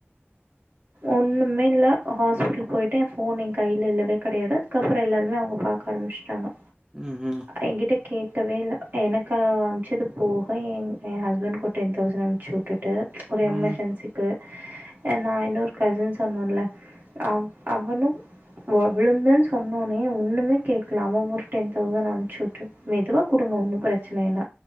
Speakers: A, on the right; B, on the right.
A: <inaudible>
B: ஒன்னுமே இல்ல ஹாஸ்பிட்டல் போய்ட்டே ஃபோன் எங் கைல இல்லவே கெடயாது அதுக்கப்புற எல்லாருமெ அவங்க பாக்கர முஷ்டாங்கொ
A: ம் ம்
B: எங்கிட்ட கேக்கவே இல்ல எனக்கு அம்ச்சது போக என் ஏ ஹஸ்பண்ட் ஒர் டென் தௌசண்ட் அம் சுட்டுட்டு ஒரு
A: ம்
B: எமெர்ஜென்சிக்கு என்னா இன்னொர்க் கசின் சொன்னுல்ல அவ் அவனும் வொ விழுந்தன் சொன்னோனே ஒண்ணுமே கேட்ல ஒர் டென் தௌசண் அன் சுட்டு மெதுவா குடுங்க ஒண்ணு பிரச்சன இல்ல